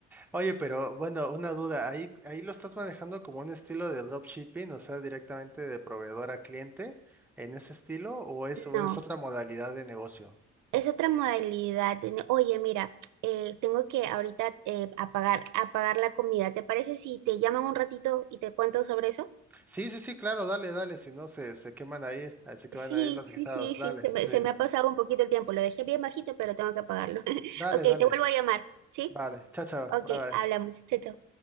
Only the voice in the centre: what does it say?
Oye, pero bueno, una duda, ahí, ahí lo estás manejando como un estilo de dropshipping, o sea, directamente de proveedor a cliente, en ese estilo, o es, o
es otra modalidad de negocio.
Sí, sí, sí, claro, dale, dale, si no se, se queman ahí, ahí se queman
ahí los
guisados,
dale,
sí,
dale,
dale,
vale, chao, chao,
bye, bye.